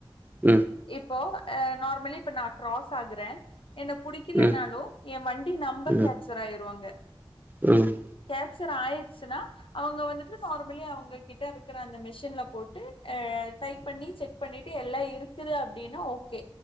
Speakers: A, on the right; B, on the left.
A: ம்
B: இப்போ அ நார்மலி இப்ப நா க்ராஸ் ஆகுற என்ன புடிக்கலனாலோ
A: ம்
B: எ வண்டி நம்பர்
A: ம்
B: கப்சர் ஆயிரு அங்க
A: ம்
B: கப்சர் ஆய்டுச்சுன்னா அவங்க வந்துட்டு நார்மலி அவங் உங்க கிட்ட இருக்குற அந்த மிஷின்ல போட்டு அ டைப் பண்ணி செக் பண்ணிட்டு எல்லாம் இருக்குது அப்படின்னா ஓகே